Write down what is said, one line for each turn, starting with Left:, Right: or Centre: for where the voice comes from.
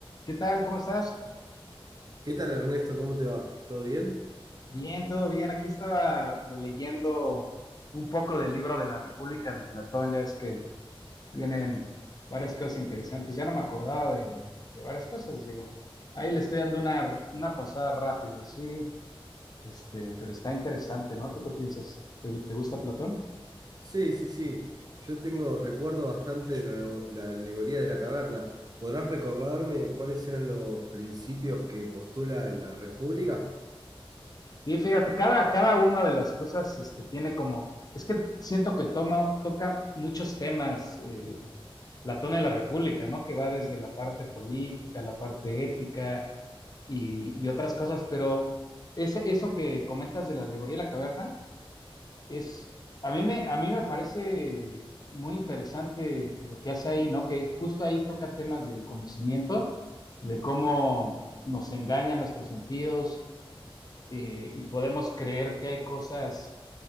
Left: ¿Qué tal? ¿Cómo estás?
Right: ¿Qué tal Ernesto? ¿Cómo te va? ¿Todo bien?
Left: Bien, todo bien. Aquí estaba leyendo un poco del libro de la República de Platón. Ya ves que vienen varias cosas interesantes. Ya no me acordaba de, de varias cosas, digo. Ahí le estoy dando una, una pasada rápido, así, este, pero está interesante, ¿no? ¿Tú qué piensas? ¿Te, te gusta Platón?
Right: Sí, sí, sí. Yo tengo recuerdo bastante de la, la alegoría de la caverna. ¿Podrás recordarme cuáles eran los principios que postula en la República?
Left: Sí, fíjate, cada, cada una de las cosas este, tiene como, es que siento que toma, toca muchos temas eh, Platón en la República, ¿no? Que va desde la parte política, la parte ética y, y otras cosas, pero ese- eso que comentas de la alegoría de la caverna es, a mí me, a mí me parece muy interesante lo que hace ahí, ¿no? Que justo ahí toca temas del conocimiento, de cómo nos engaña nuestros sentidos eh, y podemos creer que hay cosas